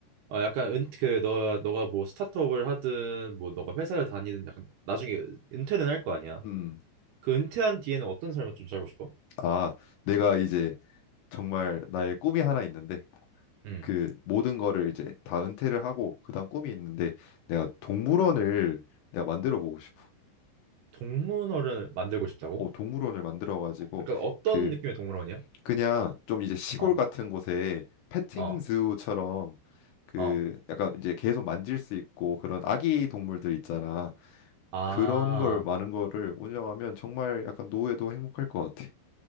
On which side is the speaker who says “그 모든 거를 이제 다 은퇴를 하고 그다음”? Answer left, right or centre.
Left